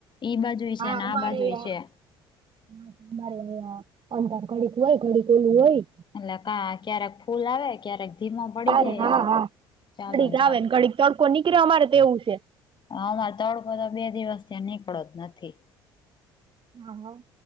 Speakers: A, on the left (about 40°); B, on the right (about 45°).
A: ઈ બાજુ
B: હા,
A: છે ને
B: અમારે
A: આ બાજુ
B: યાર.
A: છે
B: હા, અમારે અંધાર ઘડીક હોય, ઘડીક ઓલું હોય.
A: એટલે કા ક્યારેક ફૂલ આ, વે ક્યારેક ધીમો પડી
B: અરે
A: જાય,
B: હા
A: એવો
B: હા
A: ચાલો
B: ઘડીક
A: ને ચાલુ.
B: આવે ઘડીક તડકો નીકળે, અમારે તો એવું છે.
A: હવા તડકો તો બે દિવસથી અહીં નીકળો જ નથી.
B: હા, હાવ.